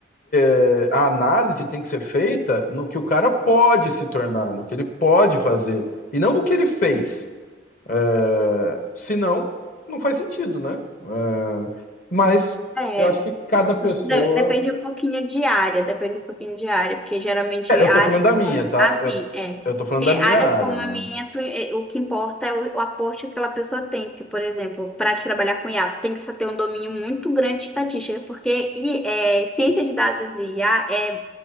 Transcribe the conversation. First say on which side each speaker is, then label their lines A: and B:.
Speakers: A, on the left; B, in the centre.
A: eh, a análise tem que ser feita no que o cara pode se tornar, no que ele pode fazer, e não no que ele fez. É, se não, não faz sentido, né? É, mas
B: é
A: eu acho que cada pessoa.
B: Isso De- Depende um pouquinho de área, depende um pouquinho de área, porque geralmente
A: É, eu
B: áreas
A: tô falando da minha,
B: como,
A: tá?
B: assim,
A: Eu,
B: é,
A: eu tô falando
B: porque
A: da minha
B: áreas
A: área,
B: como
A: né?
B: a minha, tu- é, o que importa é o, o aporte que aquela pessoa tem, porque, por exemplo, para te trabalhar com IA, tem que se ter um domínio muito grande de estatística, porque e, é, ciência de dados e IA é